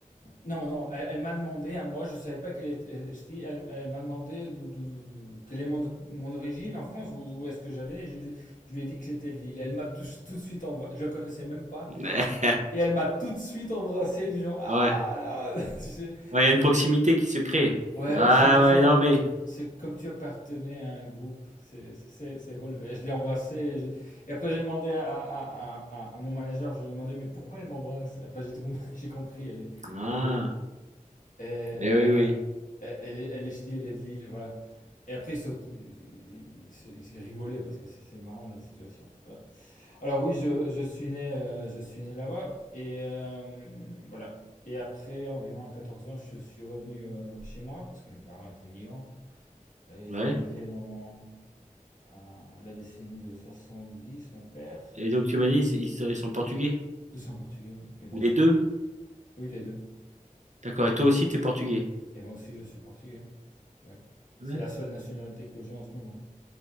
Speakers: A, on the left (about 65°); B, on the right (about 60°).
A: non, non, elle, elle m'a demandé à moi, je savais pas qu'elle était, elle, je dis, elle, elle m'a demandé d'où, d'où- d'où- quelle est mon, mon origine en France, où, où est-ce que j'avais né. Je, lui- je lui ai dit que j'étais de Lille. Elle m'a tout, tout de suite embrassé, je la connaissais même pas,
B: <laughs>
A: et elle m'a tout de suite embrassé du genre, ah
B: Ouais,
A: là, <laughs> tu sais.
B: ouais, il y a une proximité qui se crée.
A: Ouais,
B: Ah,
A: ouais, c'est du genre,
B: ouais, non, mais.
A: tu- c'est comme tu appartenais à un groupe, c'est, c'est, c'est- relevé. Je l'ai embrassé, et, je- et après j'ai demandé à, à, à, à, à mon manager, je lui ai demandé, mais pourquoi elle m'embrasse? Après j'ai tout compris, <laughs> j'ai compris, elle est,
B: Ah,
A: elle est, et, euh,
B: mais oui, oui.
A: elle, elle est, elle est ch'ti, elle est de Lille, voilà. Et après, ils, saut- ils- ils se- ils rigolaient parce que c'est c'est marrant la situation. Voilà. Alors oui, je, je suis né, euh, je suis né là-bas et euh, voilà. Et après, environ à 14 ans, je suis revenu euh, chez moi parce que mes parents étaient migrants. Et ils
B: ouais
A: ont migré dans euh, la décennie de soixante-dix. mon père.
B: Et donc tu m'as dit, ils, ils- ils sont portugais.
A: Ils sont portugais, oui. Et moi
B: Les
A: aussi.
B: deux?
A: Oui, les deux.
B: D'accord. Et toi aussi, t'es portugais.
A: Et moi aussi, je suis portugais. Ouais.
B: Ouais.
A: C'est la seule nationalité que j'ai en ce moment.